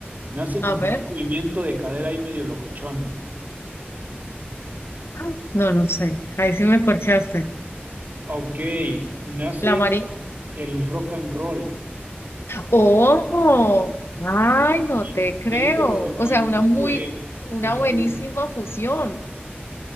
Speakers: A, on the right; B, on the left.
A: nace
B: A
A: como
B: ver.
A: un movimiento de cadera y medio locochón.
B: Ah, No, no sé. Ahí sí me corchaste.
A: Ok, nace
B: La María.
A: el rock and roll.
B: ¡Oh! ¡Ay, no
A: Y
B: te
A: te y
B: creo!
A: te dije lo del
B: O
A: movimiento
B: sea, una muy,
A: de,
B: una
A: de cadera.
B: buenísima fusión